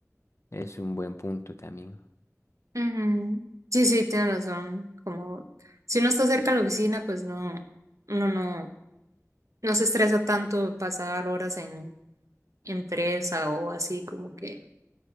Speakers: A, on the left; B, on the right.
A: es un buen punto también.
B: Ujú. Sí, sí, tienes razón. Como si uno está cerca de la oficina, pues no, uno no, no se estresa tanto pasar horas en empresa o así, como que,